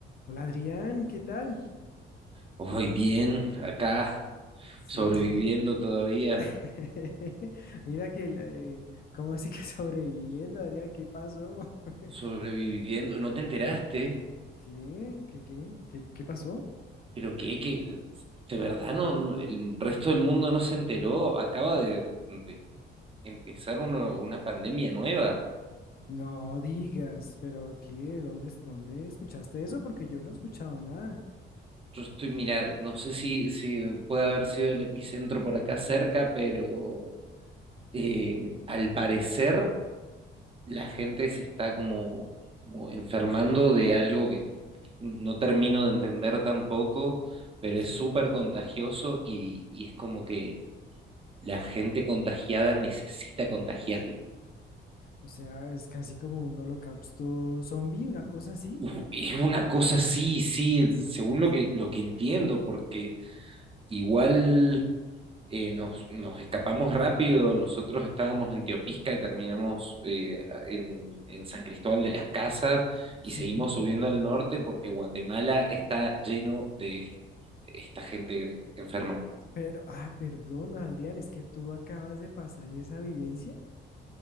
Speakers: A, on the left; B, on the right.
A: Hola Adrián, ¿qué tal?
B: Hoy bien, acá, sobreviviendo
A: Sí, sí.
B: todavía,
A: <laughs> Mira que, la- eh, ¿cómo así que <laughs> sobreviviendo, Adrián? ¿Qué pasó? <laughs>
B: sobreviviendo. ¿No te enteraste?
A: ¿Qué? ¿Qué, qué? ¿Qué, qué pasó?
B: ¿Pero qué? ¿Qué? ¿De verdad no, no- el resto del mundo no se enteró? Acaba de, de empezar uno- una pandemia nueva.
A: No digas, pero ¿qué? ¿Dónde, es- dónde escuchaste eso? Porque yo no he escuchado nada.
B: Yo estoy, mira, no sé si, si puede haber sido el epicentro por acá cerca, pero eh, al parecer la gente se está como, como enfermando de algo que no termino de entender tampoco, pero
A: Sí.
B: es súper contagioso y, y es como que la gente contagiada necesita contagiarlo.
A: O sea, es casi como un holocausto zombie, una cosa así.
B: Uf, Es una cosa, sí, sí, según lo
A: Es-
B: que, lo que entiendo, porque igual eh, nos, nos escapamos rápido, nosotros estábamos en Teopisca y terminamos eh, en, en San Cristóbal de las Casas y
A: Sí.
B: seguimos subiendo al norte porque Guatemala está lleno de esta gente enferma.
A: Pero, ah, perdón, Adrián, es que tú acabas de pasar esa vivencia.